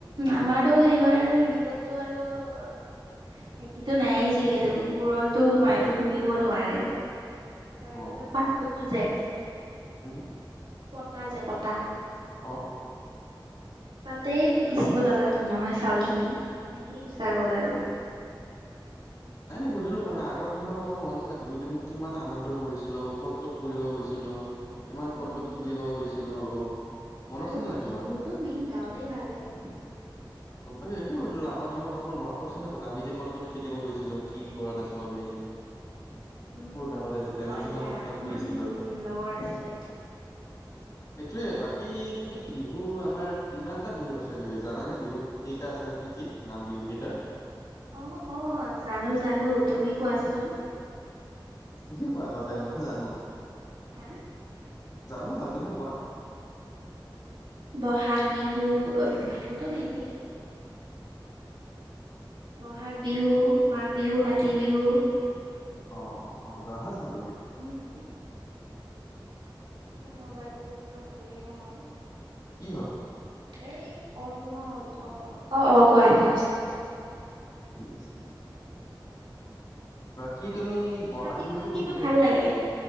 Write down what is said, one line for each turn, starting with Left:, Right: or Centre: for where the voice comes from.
Right: আমাৰতো হেইবাৰ বিহুততো আৰু একোতো নায়েই যিহেতু, উৰলটো মায়েতো খুন্দিব নোৱাৰে তাৰ
Left: অ
Right: পিছত পাতকতো যে
Left: উম
Right: পতা যে পতা
Left: অ
Right: তাতেই পিচিব লগা হ'ল নহয় চাউল খিনি সেনেকেই পিচা
Left: অ
Right: গ'ল আৰু
Left: এনে সুধিলো মানে আগৰ দিনৰ কথাবোৰ মনত আছে, বিহুত আমি কিমান আনন্দ কৰিছিলোঁ, ক'ত ক'ত ফুৰিব গৈছিলো ইমান
Right: উম
Left: ক'ত ক'ত খেলিব গৈছিলো মনত
Right: আৰু
Left: আছে নে নাই
Right: বিহুতো
Left: তোমাৰ
Right: মেইন গাঁৱতেই ভাল লাগে।
Left: কমপ্লিট কি সুধিলো, আগৰ দিনৰ কথাবোৰ মনত পৰিছে নাই, <unintelligible> আমি যে ক'ত ক'ত খেলিব গৈছিলো, কি কৰা নাছিলো আমি
Right: উম,
Left: সৰু
Right: উম,
Left: থাকোতে যেতিয়া আমি
Right: হয়
Left: যিমান
Right: দিয়া।
Left: উৎপাত
Right: কিমান
Left: কৰিছিলো
Right: লগৰ আছিলে!
Left: এইটোৱে, বাকী তুমি বিহুৰ, আমাৰ কিমানটা বিহু আছে বিহু জানানে বিহু, কেইটা আছে আৰু কি কি নাম বিহু কেইটাৰ?
Right: অ, অ', জানো, জানো। তুমি কোৱাচোন।
Left: তুমি কোৱা আগতে,
Right: বহাগত
Left: মইতো জানো।
Right: হা
Left: জানো মই, তুমি কোৱা।
Right: বহাগ বিহু, বিহুতো মেইনলি বহাগ বিহু, মাঘ বিহু, কাতি বিহু
Left: অ, অ' জানাচোন তুমি
Right: উম মোৰ মোবাইলটো কিবা হলেই নহয়
Left: কি হ'ল?
Right: এই অফ নোহোৱা হ'ল, অ, অ, অ, কোৱা এতিয়া হৈছে।
Left: থিক আছে। বাকী তুমি বহাগ
Right: কাতি
Left: বিহুৰ
Right: বিহুত কিন্তু
Left: বিষয়ে
Right: ভাল লাগে।